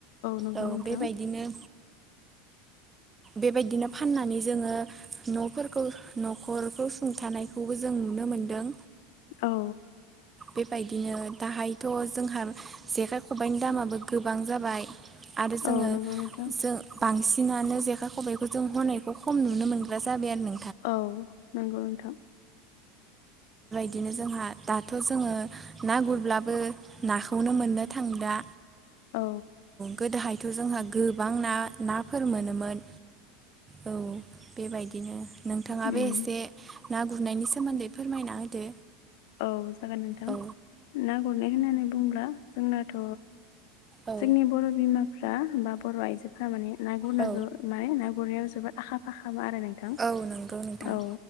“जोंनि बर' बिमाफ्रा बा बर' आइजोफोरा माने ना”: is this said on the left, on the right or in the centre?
Left